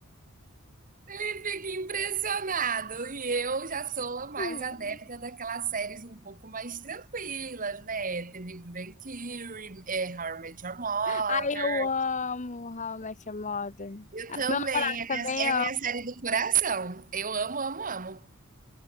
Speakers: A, on the right; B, on the left.
A: ele fica impressionado. E eu já sou mais
B: <laughs>
A: adepta daquelas séries um pouco mais tranquilas, né? The Big Bang Theory, é, How I Met Your Mother.
B: Ai, eu amo How I Met Your Mother.
A: Eu
B: O
A: também,
B: meu namorado
A: é
B: também,
A: minha, é
B: ó.
A: minha série do coração. Eu amo, amo, amo.